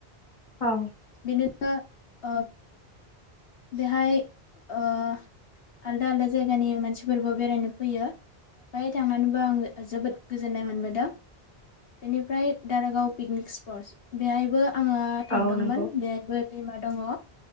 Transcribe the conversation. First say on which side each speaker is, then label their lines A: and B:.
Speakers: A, on the left; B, on the left.
A: औ
B: <unintelligible> बेहाय ओह आलदा आलदा जायगानि मानसिफोरबो बेरायनो फैयो बेहाय थांनानैबो आङो जोबोद गोजोननाय मोनबोदों बेनिफ्राय दारागाव पिकनिक स्पर्स बेहायबो आङो थांदोंमोन
A: औ नंगौ
B: बेबो दैमा दङो।